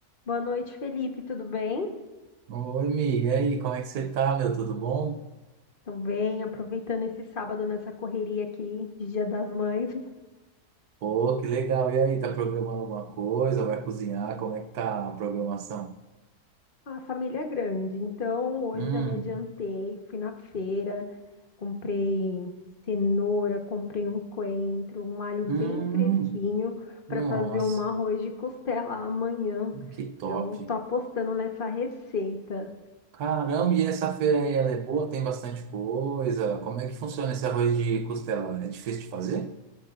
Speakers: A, on the left; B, on the right.
A: Boa noite, Felipe. Tudo bem?
B: Oi, Mi, e aí, como é que você tá, meu? Tudo bom?
A: Tudo bem, aproveitando esse sábado nessa correria aqui de Dia das Mães.
B: Pô, que legal. E aí, tá programando alguma coisa? Vai cozinhar? Como é que tá a programação?
A: A família é grande, então hoje
B: Hum,
A: eu já me adiantei, fui na feira, comprei cenoura, comprei um coentro, um alho bem
B: hum,
A: fresquinho para
B: nossa,
A: fazer um arroz de costela amanhã.
B: que top.
A: Então, tô apostando nessa receita.
B: Caramba, e essa feira aí, ela é boa? Tem bastante coisa? Como é que funciona esse arroz de costela? É difícil de fazer?